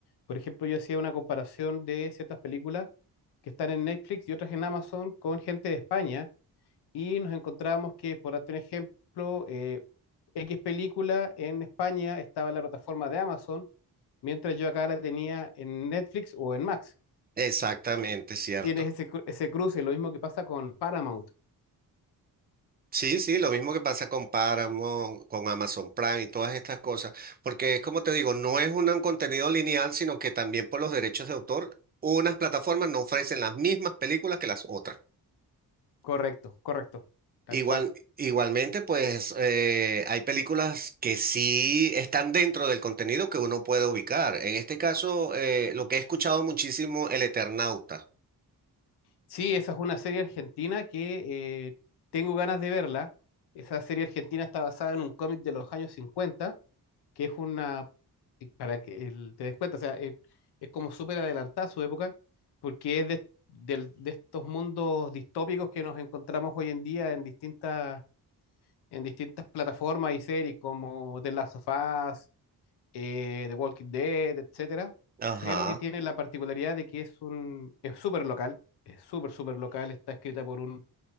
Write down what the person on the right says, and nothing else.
Exactamente, cierto.
Sí, sí, lo mismo que pasa con Paramount, con Amazon Prime y todas estas cosas, porque es como te digo, no es un un contenido lineal, sino que también por los derechos de autor, unas plataformas no ofrecen las mismas películas que las otras.
Igual,
igualmente, pues eh, hay películas que sí están dentro del contenido que uno puede ubicar. En este caso, eh, lo que he escuchado muchísimo, El Eternauta.
Ajá,